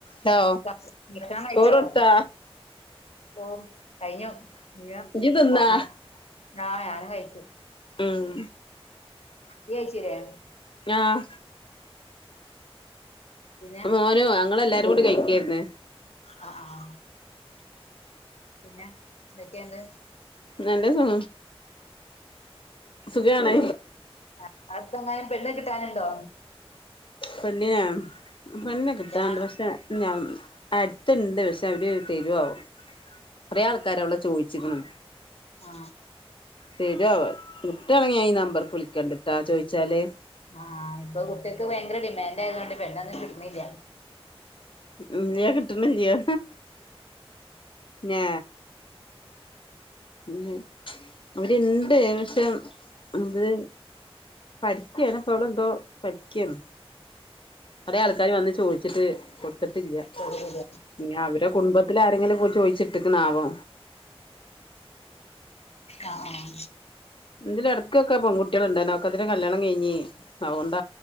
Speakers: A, on the left; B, on the left.
A: ഹലോ
B: ഭ സ് ഭക്ഷണം കഴിച്ചോ
A: ചോറൊടുത്താ
B: ഓ കഴിഞ്ഞു ഇഞ്ഞ്
A: ഇജ്ജ് തിന്നാ
B: ഒർങ്ങാ ആ ഞാനും കഴിച്ച്
A: ഉം
B: ഇയ് കൈചീലെ
A: ആഹ
B: പിന്നെ
A: മോനോ ഞങ്ങൾഎല്ലാരും... <unintelligible> കഴിക്കായ്ർന്ന്
B: ആ ആ പിന്നെ എന്തൊക്കെണ്ട്
A: നല്ല സു ഇജ്ജാണ്
B: ആ അവിടത്തെങ്ങാനും പെണ്ണ് കിട്ടാനുണ്ടോ
A: പെണ്ണിനെ പെണ്ണിനെ കിട്ടാൻണ്ട്‌
B: ഇല്ലാ
A: പക്ഷേ ഞഉം... അടുത്ത്ണ്ട് പക്ഷെ അവര് തെരുആവാം കൊറേ ആൾക്കാര് അവളെ ചോയ്ച്ച്ക്ണ്
B: ആ
A: തെരുവോ കിട്ടാണങ്കിൽ ഞാൻ ഈ നമ്പർക് വിളിക്കണ്ട്ട്ടാ ചോയ്ച്ചാല്
B: ആഹ ഇപ്പൊ കുട്ടികക്ക് ഭയങ്കര ഡിമാൻഡ് ആയതുകൊണ്ട് പെണ്ണൊന്നും കിട്ട്ണില്ലാ
A: ഇല്ലിയാ കിട്ട്ണ്ഇല്ല്യാ ഞാ ഉ അവര്ണ്ട് പക്ഷെ ത്ത്.. പരിക്കന സോള എന്തോ പിക്കന്ന് കൊറേ ആൾക്കാര് വന്ന് ചോയ്ച്ചിട്ട് കൊടുത്ത്ട്ടില്ല
B: ആഹ്
A: ഇഞ് അവരെ കുടുംബത്തിൽ ആരെങ്കിലും പോയി ചോയ്ച്ചിട്ട്ക്ണ് ആാവോ
B: <inaudible> ആ ആഹാ
A: ഇതിൽ എടക്കൊക്കെ പെൺകുട്ടികളുണ്ടഇരുന്ന് ഒക്കത്തിന്റിം കല്യാണം കഴിഞ്ഞഞ് അവോണ്ട